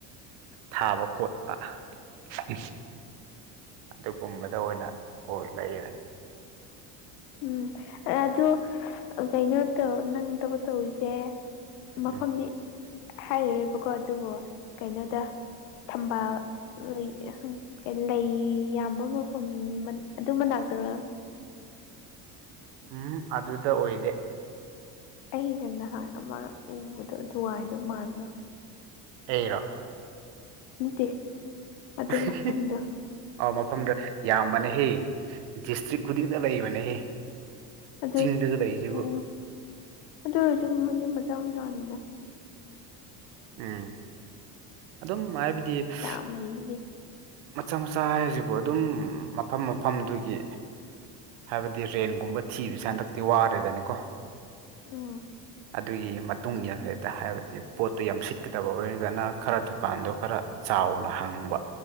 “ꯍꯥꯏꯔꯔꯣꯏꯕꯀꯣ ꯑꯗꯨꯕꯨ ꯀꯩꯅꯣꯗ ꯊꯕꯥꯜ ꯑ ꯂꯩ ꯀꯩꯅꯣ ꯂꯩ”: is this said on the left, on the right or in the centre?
Left